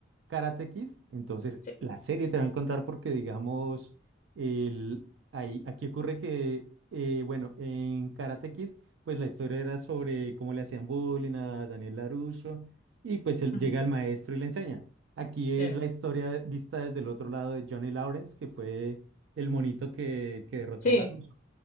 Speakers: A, on the right; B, on the left.
A: Karate Kid, entonces
B: Sí.
A: la serie te va a encantar porque, digamos, el, ahí, aquí ocurre que, eh, bueno, en Karate Kid, pues la historia era sobre cómo le hacían bullying a Daniel LaRusso y pues él
B: Mm,
A: llega el maestro y le enseña. Aquí es
B: Sí.
A: la historia vista desde el otro lado de Johnny Lawrence, que fue el monito que, que derrotó
B: Sí.
A: a LaRusso.